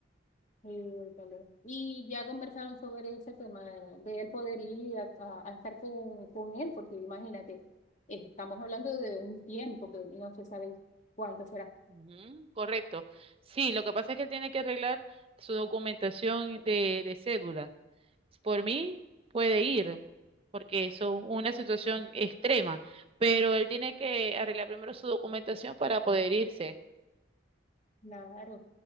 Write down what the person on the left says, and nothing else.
Sí, tal vez. Y ya conversaron sobre ese tema de él poder ir a, a- a estar con, con él, porque imagínate, eh, estamos hablando de un tiempo que no se sabe cuánto será.
Claro,